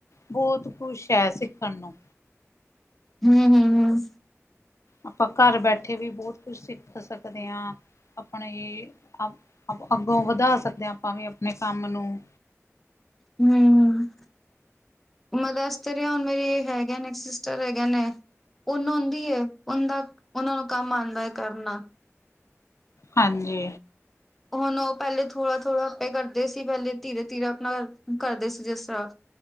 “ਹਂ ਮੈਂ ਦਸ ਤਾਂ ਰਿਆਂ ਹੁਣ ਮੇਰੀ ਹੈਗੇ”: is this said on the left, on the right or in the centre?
Centre